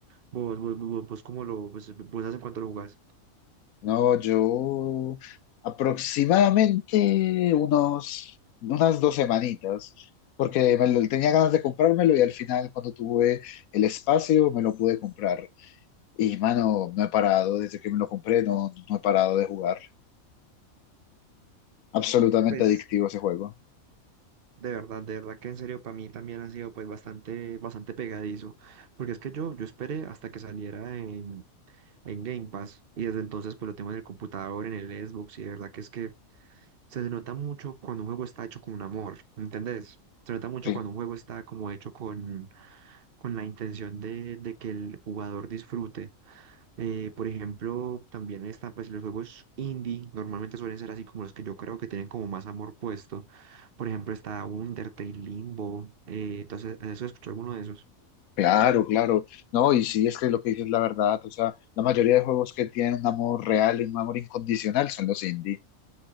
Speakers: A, on the right; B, on the left.
A: Vos, vos, vos, vos, ¿cómo lo, pues, vos hace cuánto lo jugás?
B: No, yo aproximadamente unos, unas dos semanitas, porque me lo, tenía ganas de comprármelo y al final cuando tuve el espacio me lo pude comprar. Y mano, no he parado, desde que me lo compré no, no he parado de jugar. Absolutamente
A: Pues,
B: adictivo ese juego.
A: de verdad, de verdad que en serio, para mí también ha sido pues bastante, bastante pegadizo. Porque es que yo, yo esperé hasta que saliera en en Game Pass y desde entonces pues lo tengo en el computador, en el Xbox y de verdad que es que se nota mucho cuando un juego está hecho con un amor, ¿me entendés? Se nota mucho
B: Sí,
A: cuando un juego está como hecho con, con la intención de, de que el jugador disfrute. Eh, por ejemplo, también están pues los juegos indie, normalmente suelen ser así como los que yo creo que tienen como más amor puesto. Por ejemplo, está Undertale, Limbo, eh, entonces, ¿has escuchado alguno de esos?
B: claro, claro. No, y sí, es que lo que dices es la verdad. O sea, la mayoría de juegos que tienen un amor real y un amor incondicional son los indie.